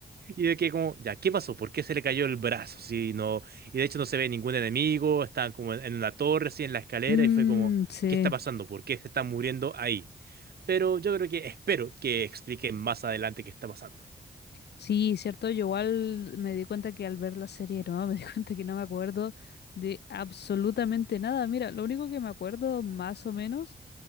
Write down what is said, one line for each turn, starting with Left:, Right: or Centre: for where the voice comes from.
Right: Y de que como, ya, ¿qué pasó? ¿Por qué se le cayó el brazo? Sí, no, y de hecho no se ve ningún enemigo, están como en en una torre, así en la escalera,
Left: Mm,
Right: y fue como,
Left: sí.
Right: ¿qué está pasando? ¿Por qué se está muriendo ahí? Pero yo creo que espero que expliquen más adelante qué está pasando.
Left: Sí, cierto. Yo igual me di cuenta que al ver la serie, no, me di <laughs> cuenta que no me acuerdo de absolutamente nada. Mira, lo único que me acuerdo más o menos